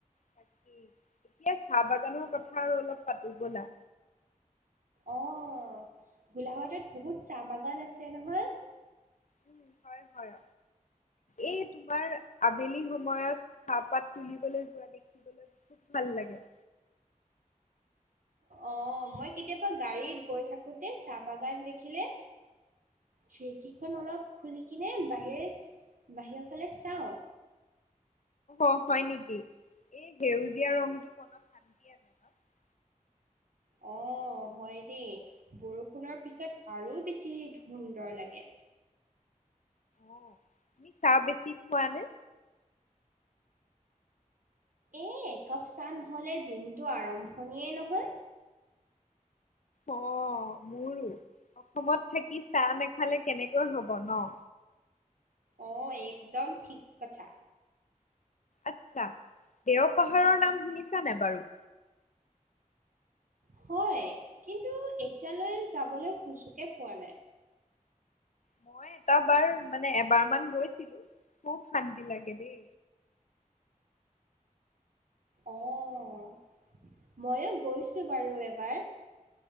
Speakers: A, on the left; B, on the right.
A: তাকেই এতিয়া চাহ বাগানৰ কথা আৰু অলপ পাতো ব'লা।
B: অ' গোলাঘাটত বহুত চাহ বাগান আছে নহয়।
A: উম হয়-হয় এই তোমাৰ আবেলি সময়ত চাহপাত তুলিবলৈ যোৱা দেখিবলৈ খুব ভাল লাগে।
B: অ' মই কেতিয়াবা গাড়ীত গৈ থাকোঁতে চাহ বাগান দেখিলে খিৰিকীখন অলপ খুলি কিনে বাহিৰে বাহিৰৰ ফালে চাওঁ।
A: অ' হয় নেকি এই সেউজীয়া ৰংটো মনত <unintelligible>
B: অ' হয় দেই বৰষুণৰ পিছত আৰু বেছি সুন্দৰ লাগে।
A: অ' তুমি চাহ বেছি খোৱানে?
B: এই একাপ চাহ নহ'লে দিনটো আৰম্ভণিয়েই নহয়।
A: অ' মোৰো অসমত থাকি চাহ নাখালে কেনেকৈ হ'ব ন'।
B: অ' একদম ঠিক কথা।
A: আচ্ছা দেওপাহাৰৰ নাম শুনিছানে বাৰু?
B: হয় কিন্তু এতিয়ালৈ যাবলৈ সুযোগে পোৱা নাই।
A: মই এটা বাৰ মানে এবাৰ মান গৈছিলোঁ খুব শান্তি লাগে দেই।
B: অ' ময়ো গৈছোঁ বাৰু এবাৰ।